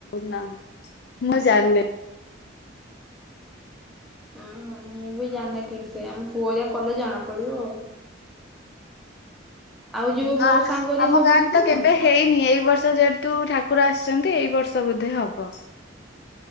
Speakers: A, on the left (about 55°); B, in the centre.
A: ନା ମୁଁ ଜାଣିନି।
B: ଓହୁ ମୁଁ ବି ଜାଣିନି ଠିକ ସେ ଆମ ପୁଅଯାଇ କଲେଜ ଜଣା ପଡିବ ଆଉ। ଆଉ ଯୋଉ
A: ନା
B: ମୋ ସାଙ୍ଗ ଯିଏ
A: ଆମ
B: ସବୁ
A: ଗାଁରେ
B: ବୁଲୁଥିଲି
A: ତ କେବେ
B: ନା।
A: ହେଇନି ଏଇ ବର୍ଷ ଯେହେତୁ ଠାକୁର ଆସିଛନ୍ତି ଏଇ ବର୍ଷ ବୋଧେ ହବ।